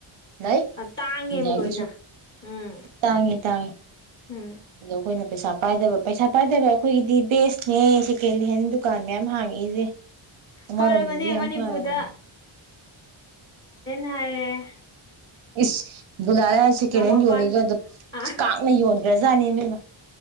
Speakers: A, on the right; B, on the left.
A: ꯂꯩ
B: ꯇꯥꯡꯉꯦꯕ
A: ꯏꯗꯤꯌꯥꯒꯤꯁꯨ
B: ꯂꯣꯏꯅ ꯎꯝ
A: ꯇꯥꯡꯉꯤ ꯇꯥꯡꯉꯤ
B: ꯎꯝ
A: ꯑꯗꯣ ꯑꯩꯈꯣꯏꯅ ꯄꯩꯁꯥ ꯄꯥꯏꯗꯕ ꯄꯩꯁꯥ ꯄꯥꯏꯗꯕ ꯑꯩꯈꯣꯏꯒꯤꯗꯤ ꯦꯁꯅꯦ ꯁꯦꯀꯦꯟ ꯍꯦꯟ ꯗꯨꯀꯥꯟ ꯃꯌꯥꯝ ꯍꯥꯡꯉꯛꯏꯁꯦ ꯑꯃꯔꯣꯝꯗꯗꯤ
B: ꯐꯔꯕꯅꯦ
A: ꯌꯥꯝ
B: ꯃꯅꯤꯄꯨꯔꯗ
A: ꯐꯔꯕꯅꯦ
B: ꯇꯔꯦ
A: ꯏꯁ ꯕꯨꯂꯥꯂ ꯁꯦꯀꯦꯟ ꯍꯦꯟ
B: ꯃꯄꯥꯟ
A: ꯌꯣꯜꯂꯤꯒꯗ
B: ꯑ
A: ꯀꯅ ꯌꯣꯟꯈ꯭ꯔꯖꯥꯠꯅꯦ ꯃꯦꯝꯃ